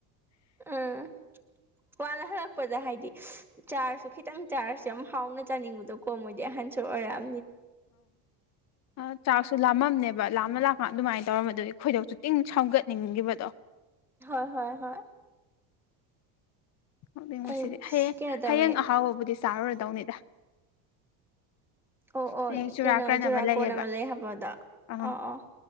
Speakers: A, in the centre; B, on the left.
A: ꯎꯝ ꯋꯥꯅ ꯍꯜꯂꯛꯄꯗ ꯍꯥꯏꯗꯤ ꯆꯥꯔꯁꯨ ꯈꯤꯇꯪ ꯆꯥꯔꯁꯦ ꯑꯃ ꯍꯥꯎꯅ ꯆꯥꯅꯤꯡꯕꯗꯣꯀꯣ ꯃꯣꯏꯗꯤ ꯑꯍꯟꯁꯨ ꯑꯣꯏꯔꯝꯃꯤꯃꯦ
B: ꯑ ꯆꯥꯛꯁꯨ ꯂꯥꯝꯃꯝꯅꯦꯕ ꯂꯥꯞꯃ ꯂꯥꯞꯃ ꯑꯗꯨꯃꯥꯏꯅ ꯇꯧꯔꯝꯕ ꯑꯗꯨꯗꯤ ꯑꯩꯈꯣꯏꯗꯣꯛꯁꯨ ꯇꯤꯡ ꯁꯝꯒꯠꯅꯤꯡꯈꯤꯕꯗꯣ
A: ꯍꯣꯏ ꯍꯣꯏ ꯍꯣꯏ
B: ꯉꯣꯛꯅꯤꯡꯕꯁꯤꯗꯤ
A: ꯑꯩ
B: ꯍꯌꯦꯡ
A: ꯀꯩꯅꯣ ꯇꯧꯋꯦ
B: ꯍꯌꯦꯡ ꯑꯍꯥꯎꯕꯕꯨꯗꯤ ꯆꯥꯔꯨꯔꯗꯧꯅꯤꯗ
A: ꯑꯣ ꯑꯣ
B: ꯍꯌꯦꯡ ꯆꯨꯔꯥꯀꯔꯟ
A: ꯀꯩꯅꯣ ꯖꯨꯔꯥꯀꯣꯔꯟ
B: ꯑꯃ ꯂꯩꯌꯦꯕ
A: ꯂꯩ ꯍꯥꯏꯕꯗꯣ
B: ꯑ
A: ꯑꯣ ꯑꯣ